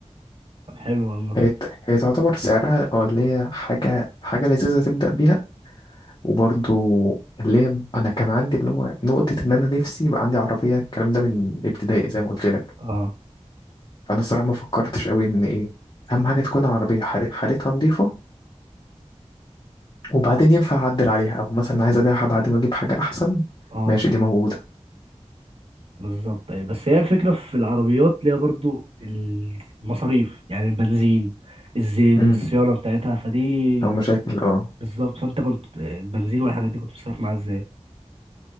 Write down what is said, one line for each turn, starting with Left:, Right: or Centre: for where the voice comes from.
Right: طب حلو والله
Left: هي هي تعتبر سعرها او اللي هي حاجه حاجه لذيذه تبدا بيها وبرضو اللي هي انا كان عندي اللي هو نقطة ان انا نفسي يبقى عندي عربية الكلام ده من ابتدائي زي ما قلت لك
Right: اه
Left: فانا الصراحة ما فكرتش قوي ان ايه اهم حاجة تكون عربية حال- حالتها نظيفة وبعدين ينفع اعدل عليها او مثلا عايز ابيعها بعد ما اجيب حاجة احسن
Right: اه
Left: ماشي
Right: طب
Left: دي موجودة
Right: بالظبط ايه بس هي الفكرة في العربيات ليها برضو المصاريف يعني البنزين الزيت
Left: امم
Right: الصيانة بتاعتها فدي
Left: او مشاكل اه
Right: بالظبط فانت كنت البنزين والحاجات دي كنت بتصرف معاها ازاي؟